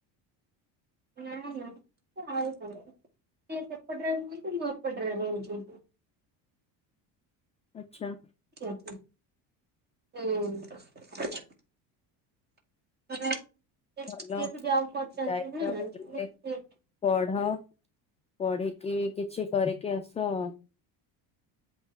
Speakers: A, on the right (about 25°); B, on the left (about 15°).
A: ନା ନା ସେ ଆଉ ଜଣେ। ସେ ସେପଟରେ ରୁହଛି ମୁଁ ଏପଟରେ ରହୁଛି
B: ଆଛା।
A: ହଁ ହୁଁ। ସିଏ
B: ଭଲ
A: ଜିପି ଏଫ ଜବ୍ କରଛନ୍ତି
B: ଯାଇଛ
A: ନା
B: ଭଲରେ ପଢ ପଢିକି କିଛି କରିକି ଆସ ଆ